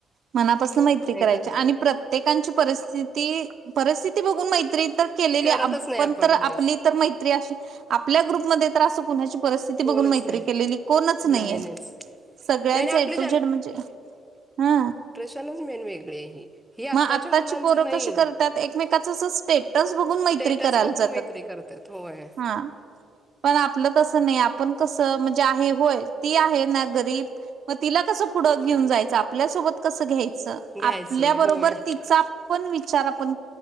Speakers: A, on the right; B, in the centre.
A: मनापासून मैत्री
B: नाहीतर
A: करायची आणि प्रत्येकची परिस्थिती परिस्थिती बघून मैत्री केलेली
B: करतच
A: आपण
B: नाही
A: आपली
B: नाहीच
A: तर मैत्री आपल्या ग्रुपमध्ये तर असं कोणाचं परिस्थिती
B: कोणच
A: बघून मैत्री
B: नाही
A: केलेली कोणच नाहीये
B: नाही नाहीच
A: सगळ्यांच
B: नाही नाही आपली
A: ए टु झेड म्हणजे हा
B: खरंच लय वेगळीय. हि आत्ताच्या
A: मग आत्ताची
B: मुलांचं
A: पोरं
B: नाही
A: कशी करतात एकमेकाच असं स्टेटस बघून
B: स्टेटस
A: मैत्री करायला
B: बघून
A: जातात
B: मैत्री करतात. होय
A: हा पण आपलं तसं नाही आपण कसं म्हणजे आहे होय ती आहे ना गरीब मग तिला कस पुढं घेऊन जायचं आपल्यासोबत कसं घ्यायचं
B: घ्यायचं
A: आपल्याबरोबर
B: होय
A: तिचा पण विचार आपण